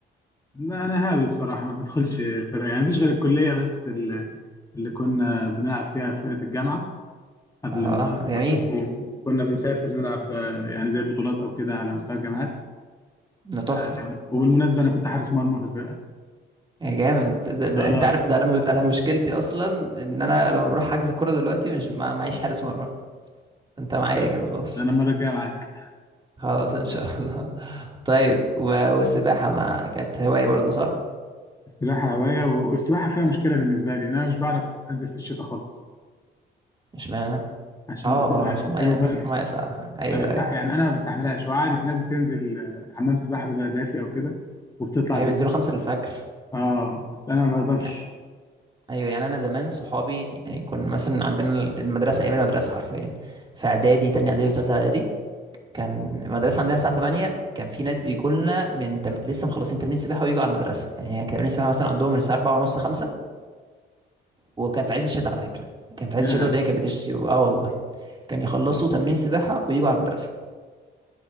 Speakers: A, on the left; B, on the right.
A: لا أنا هاوي بصراحة ما بدخلش فرق يعني مفيش غير الكلية بس اللي اللي كنا بنلعب فيها في فرقة الجامعة قبل
B: اه
A: ما
B: جميل
A: اتخرج و- وكنا بنسافر نلعب آه، يعني زي بطولات او كده على مستوى الجامعات
B: ده تحفه
A: آه، وبالمناسبه انا كنت حارس مرمى في الفرقه
B: يا جامد ده, ده
A: اه
B: انت عارف ده انا مش- انا مشكلتي اصلا ان انا لما بروح حجز كوره دلوقتي مش ما معيش حارس مرمى انت معايا
A: تمام.
B: كده خلاص
A: انا المره الجايه معاك
B: خلاص ان شاء الله <laughs> طيب و- والسباحه ما كانت هوايه برضو صح
A: السباحه هوايه والسباحه فيها مشكله بالنسبه لي إن انا مش بعرف انزل في الشتاء خالص
B: مش معنى
A: عشان
B: اه
A: بتبقى
B: اه عشان
A: الجو
B: ميه
A: برد
B: عشان ميه ساقعه ايوه
A: انا بستح...
B: ايوه
A: يعني انا ما بستحملهاش وعادي في ناس بتنزل آه، حمام سباحه بيبقى دافي او كده وبتطلع
B: اي
A: بيبقى.
B: بينزلوا خمسة الفجر
A: اه بس انا ما بقدرش
B: يعني ايوه يعني انا زمان صحابي ك- يعني كنا مثلا عندنا المدرسه ايام المدرسه حرفيا في اعدادي تاني اعدادي وتالتة اعدادي كان المدرسه عندنا الساعه 8 كان في ناس بيجوا لنا من تم... لسه مخلصين تمرين سباحه ويجوا على المدرسه يعني كان تمرين سباحه مثلا عندهم من الساعه 4 ونص 5 وكان في عز الشتاء على فكره كان في
A: لا
B: عز الشتاء والدنيا كانت بتشتي و... اه والله كان يخلصوا تمرين سباحه ويجوا على المدرسه